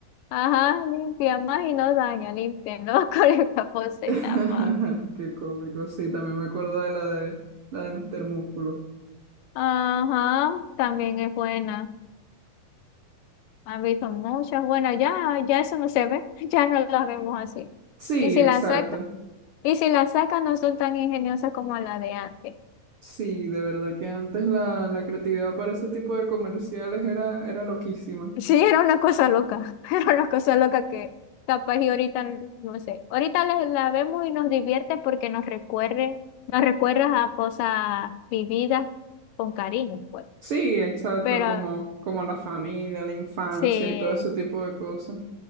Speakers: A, on the left; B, on the right.
A: Ajá, limpia más y no daña, limpia, ¿no? <laughs> Con limpiaposeta
B: <laughs>
A: más.
B: Qué cómico, sí, también me acuerdo de la de la de Mr. Músculo.
A: Ajá, también es buena. Han visto muchas. Bueno, ya, ya eso no se ve, <laughs> ya no las vemos así.
B: Sí,
A: Y si
B: exacto.
A: la saca y si la sacan no son tan ingeniosas como la de antes.
B: Sí, de verdad que antes la, la creatividad para ese tipo de comerciales era, era loquísima.
A: Sí, era una cosa loca, <laughs> era una cosa loca que capaz y ahorita, n- no sé, ahorita la, la vemos y nos divierte porque nos recuerde, nos recuerda a cosas vividas con cariño, pues.
B: Sí, exacto,
A: Pero
B: como, como la familia, la infancia
A: sí,
B: y todo ese tipo de cosas.